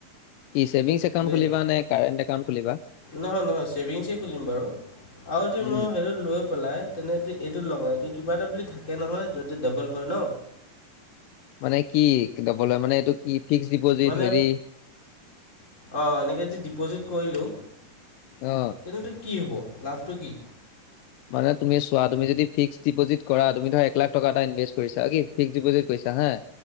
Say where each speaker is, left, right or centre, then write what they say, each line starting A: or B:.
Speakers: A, on the left; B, on the left.
A: কি ছেভিংছ একাউণ্ট
B: <unintelligible> দেই।
A: খুলিবা নে কাৰেণ্ট একাউণ্ট খুলিবা?
B: নহয়, নহয় ছেভিংছেই খুলিম বাৰু। আৰু যে
A: উম,
B: মই সেটোত লৈ পেলাই তেনে যদি এইটোত লগাও এইটো কিবা এটা বুলি থাকে নহয়, য'ত য'ত ডাবল হয় ন?
A: মানে কি দবল হয় মানে এইটো কি? ফিক্স ডিপ'জিট
B: মানে
A: হেৰি
B: অ, এনেকে যদি ডিপ'জিট কৰিলোঁ
A: অ।
B: এইটো <unintelligible> কি হ'ব লাভটো কি?
A: মানে তুমি চোৱা, তুমি যদি ফিক্স ডিপজট কৰা, তুমি ধৰা এক লাখ টকা এটা ইনভেষ্ট কৰিছা অ কি ফিক্স ডিপজিট কৰিছা হা